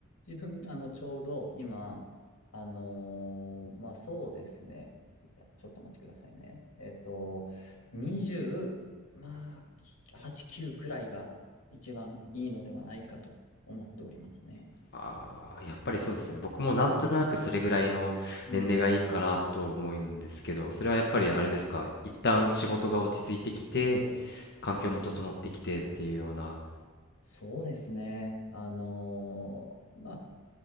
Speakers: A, on the left (about 75°); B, on the left (about 50°).
A: 自分、あの、ちょうど今、あのーまあ、そうですね。いやちょっとお待ちくださいね。えっと、20、まあ、き8、9くらいが一番いいのではないかと思っておりますね。
B: あーやっぱりそうですね。僕もなんとなくそれぐらいの年齢がいいかなと思うんですけど、
A: うん。
B: それはやっぱりあれですか、一旦仕事が落ち着いてきて、環境も整ってきてっていうような、
A: そうですね。あのーまあ、